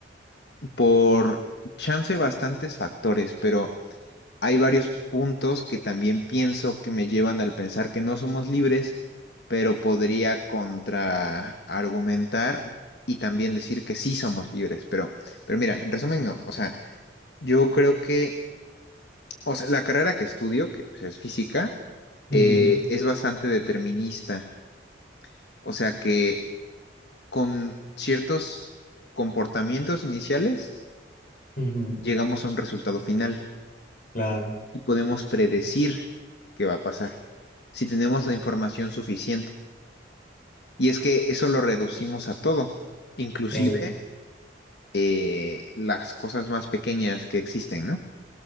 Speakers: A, on the left; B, on the left.
A: por chance bastantes factores, pero hay varios puntos que también pienso que me llevan al pensar que no somos libres, pero podría contraargumentar y también decir que sí somos libres, pero... Pero mira, en resumen, no. O sea, Yo creo que, o sea, la carrera que estudio, que pues, es física, eh,
B: Ujú,
A: es bastante determinista. O sea que con ciertos comportamientos iniciales
B: ujú,
A: llegamos a un resultado final
B: claro.
A: y podemos predecir qué va a pasar si tenemos la información suficiente. Y es que eso lo reducimos a todo, inclusive
B: Eh,
A: eh, las cosas más pequeñas que existen, ¿no?